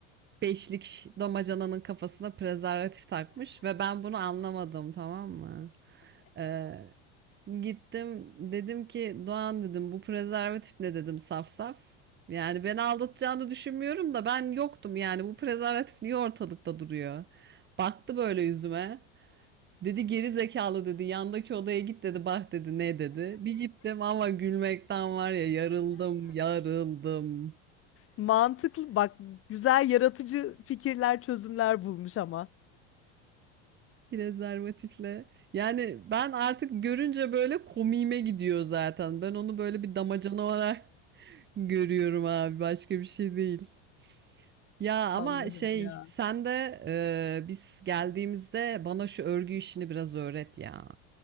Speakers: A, on the right; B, on the left.
A: beşlik damacananın kafasına prezervatif takmış ve ben bunu anlamadım tamam mı? Ee, gittim dedim ki Doğan dedim bu prezervatif ne dedim saf saf. Yani beni aldatacağını düşünmüyorum da ben yoktum yani bu prezervatif niye ortalıkta duruyor? Baktı böyle yüzüme. Dedi geri zekalı dedi yandaki odaya git dedi bak dedi ne dedi. Bir gittim ama gülmekten var ya yarıldım yarıldım.
B: mantıklı. Bak güzel yaratıcı fikirler, çözümler bulmuş ama.
A: Prezervatifle. Yani ben artık görünce böyle komiğime gidiyor zaten. Ben onu böyle bir damacana olarak <laughs> görüyorum abi. Başka bir şey değil. Ya ama
B: Allah'ım
A: şey
B: ya.
A: sen de e, biz geldiğimizde bana şu örgü işini biraz öğret ya.